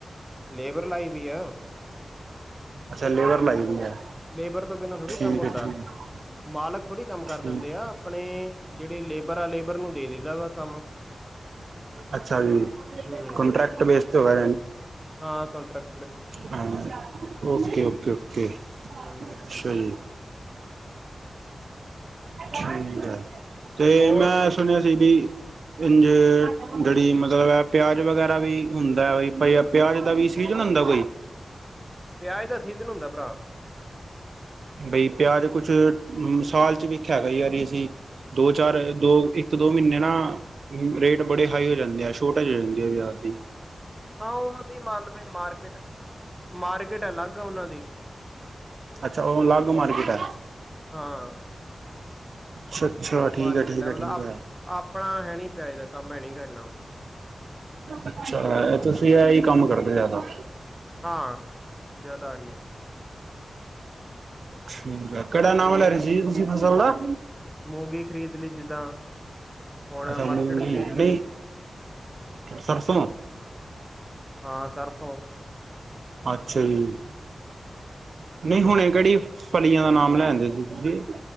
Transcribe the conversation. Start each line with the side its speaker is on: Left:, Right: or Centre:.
Centre: ਲੇਬਰ ਲਾਈ ਵੀ ਆ।
Right: ਅੱਛਾ ਲੇਬਰ ਲਾਈ ਦੀ ਹੈ।
Centre: ਲੇਬਰ ਤੋਂ ਬਿਨਾਂ ਥੋੜ੍ਹੀ
Right: ਠੀਕ
Centre: ਕੰਮ ਹੁੰਦਾ।
Right: ਹੈ ਠੀਕ
Centre: ਮਾਲਕ ਥੋੜੀ ਕੰਮ ਕਰ
Right: ਠੀਕ
Centre: ਦਿੰਦੇ ਆ ਆਪਣੇ ਜਿਹੜੇ ਲੇਬਰ ਆ ਲੇਬਰ ਨੂੰ ਦੇ ਦਿੰਦਾ ਵਾ। ਕੰਮ
Right: ਅੱਛਾ ਜੀ
Centre: ਹੂੰ
Right: ਕਾਨਟੈਕਟ ਬੇਸ ਹੋਗਾ।
Centre: ਹਾਂ ਕਾਨਟੈਕਟ
Right: ਹਾਂ ਓਕੇ ਓਕੇ ਓਕੇ
Centre: ਹੂੰ ਬਿਲਕੁਲ
Right: ਸਹੀ। ਠੀਕ ਹੈ ਤੇ
Centre: ਹੋਰ
Right: ਮੈਂ ਸੁਣਿਆ ਸੀ ਵੀ ਇਝ
Centre: ਹੂੰ,
Right: ਗੜੀ ਮਲ। ਮਤਲਬ ਪਿਆਜ ਵਗੈਰਾ ਵੀ ਹੁੰਦਾ ਪਿਆਜ ਦਾ ਵੀ ਸੀਜਨ ਹੁੰਦਾ ਕੋਈ।
Centre: ਪਿਆਜ ਦਾ ਸੀਜਨ ਹੁੰਦਾ ਭਰਾ।
Right: ਬਈ ਪਿਆਜ ਕੁਛ ਸਾਲ ਚ ਵੇਖਿਆ ਹੈਗਾ ਯਾਰ ਅਸੀਂ ਦੋ ਚਾਰ ਦੋ ਇੱਕ ਦੋ ਮਹੀਨੇ ਨਾ ਰੇਟ ਬੜੇ ਹਾਈ ਹੋ ਜਾਂਦੇ ਆ ਛੋਟ ਹੋ ਜਾਂਦੇ ਆ । <unintelligible>
Centre: ਹਾਂ ਉਹਦੀ ਮੰਨ ਲ ਮਾਰਕੀਟ-ਮਾਰਕੀਟ ਅਲੱਗ ਆ ਉਹਨਾਂ ਦੀ।
Right: ਅੱਛਾ ਉਹ ਲਾਗੋ ਮਾਰਕੀਟ ਹੈ।
Centre: ਹਾਂ
Right: ਅੱਛਾ-ਅੱਛਾ, ਠੀਕ-ਠੀਕ-ਠੀਕ
Centre: ਮਾਰਕੀਟ ਲੈਵਲ ਆ
Right: ਹੈ।
Centre: ਆਪਣਾ ਹੈ ਨੀ ਪਿਆਜ ਦਾ ਕੰਮ ਹੈ ਨੀ ਗਾ ਇੰਨਾ,
Right: ਅੱਛਾ ਤੁਸੀਂ ਇਹ ਹੀ ਕੰਮ ਕਰਦੇ ਜ਼ਿਆਦਾ।
Centre: ਹਾਂ ਜ਼ਿਆਦਾ ਹੀ
Right: ਠੀਕ ਆ ਕਿਹੜਾ
Centre: ਜਿਵੇਂ
Right: ਨਾਮ
Centre: ਮੂੰ
Right: ਲੈ ਰ ਸੀ ਤੁਸੀਂ ਫਸਲ ਦਾ
Centre: ਮੂੰਗੀ ਖ਼ਰੀਦ ਲਈ ਜਿੱਦਾਂ ਹੁਣ
Right: ਅੱਛਾ
Centre: ਮਸਟਰਡ
Right: ਮੂੰਗੀ
Centre: ਖਰੀਦ ਲਈ,
Right: ਨਹੀਂ ਸਰਸੋਂ।
Centre: ਹਾਂ ਸਰਸੌ।
Right: ਅੱਛਾ ਜੀ, ਨਹੀਂ ਹੁਣੇ ਕਿਹੜੀ ੜੀਆਂ ਦਾ ਨਾਮ ਲੈਦੇ ਸੀ ਤੁਸੀਂ।